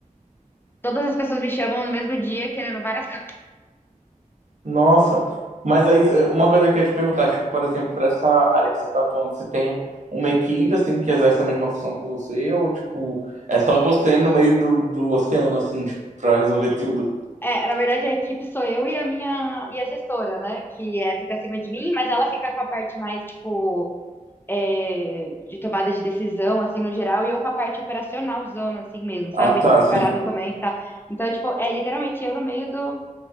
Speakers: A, on the left; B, on the right.
A: Todas as pessoas me chamam no mesmo dia querendo várias <laughs> coisas.
B: Nossa. Mas aí, eh, uma coisa que eu ia te perguntar, tipo, por exemplo, pra essa área que você tá atuando, você tem uma equipe, assim, que exerce a mesma função que você, ou, tipo, é só você no meio do, do oceano, assim, tipo, pra resolver tudo?
A: É, na verdade, a equipe sou eu e a minha e a gestora, né? Que é, fica acima de mim, mas ela fica com a parte mais, tipo, é, de tomada de decisão, assim, no geral, e eu com a parte operacional zona, assim mesmo, sabe?
B: Ah, tá,
A: De preparar
B: assim.
A: documento e tal. Então, é, tipo, é literalmente eu no meio do,